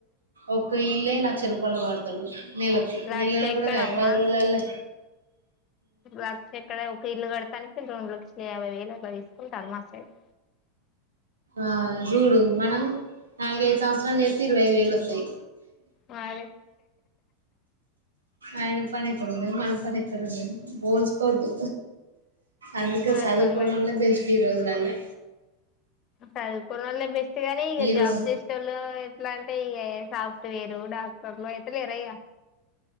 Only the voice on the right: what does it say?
ఒక్క ఇల్లే లక్ష రూపాయలు పడతడు నెలకు
నెల
కూడా ది పది రోజులల్లే
ఆ చూడు మనం నాలుగైదు సంవత్సరాలు చేత్తే ఇరవై ఐదు వేలు వత్తయి
ఆయన పని ఎక్కడ ఉండేది మన పని ఎక్కడ ఉండేది పోల్చుకోవద్దు అందుకే చదువుకోనోల్లే
బెస్ట్ ఈ రోజులల్లో
రో